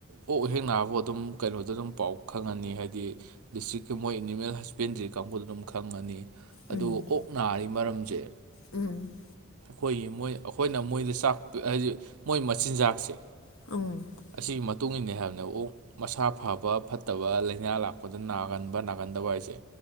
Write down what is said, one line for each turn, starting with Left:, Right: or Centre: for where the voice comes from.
Right: ꯑꯣꯛ ꯀꯦꯛ ꯅꯕꯥꯒꯥ ꯕꯨꯑꯗꯨꯝ ꯀꯩꯅꯣꯗ ꯑꯗꯨꯝ ꯄꯥꯎ ꯈꯪꯉꯅꯤ ꯍꯥꯏꯗꯤ ꯗꯤꯁꯇ꯭ꯔꯤꯛꯀꯤ ꯃꯣꯏ ꯑꯦꯅꯤꯃꯦꯜ ꯍꯁꯕꯦꯟꯗ꯭ꯔꯤ ꯀꯥꯡꯕꯨꯗ ꯑꯗꯨꯝ ꯈꯪꯉꯅꯤ
Left: ꯎꯝ
Right: ꯑꯗꯨ ꯑꯣꯛ ꯅꯥꯔꯤ ꯃꯔꯝꯁꯦ
Left: ꯎꯝ
Right: ꯍꯣꯏꯌꯦ ꯑꯏꯈꯣꯌꯅ ꯃꯣꯏꯗ ꯆꯥꯛ ꯍꯥꯏꯗꯤ ꯃꯣꯏ ꯃꯆꯤꯟꯖꯥꯛꯁꯦ
Left: <inaudible>
Right: ꯑꯁꯤꯒꯤ ꯃꯇꯨꯡ ꯏꯟꯅ ꯍꯥꯏꯕꯅꯦ ꯑꯣꯛ ꯃꯁꯥ ꯐꯕ ꯐꯠꯇꯕ ꯂꯥꯏꯅꯥ ꯂꯥꯛꯄꯗ ꯅꯥꯒꯟꯕ ꯅꯥꯒꯟꯗꯕ ꯍꯥꯏꯁꯦ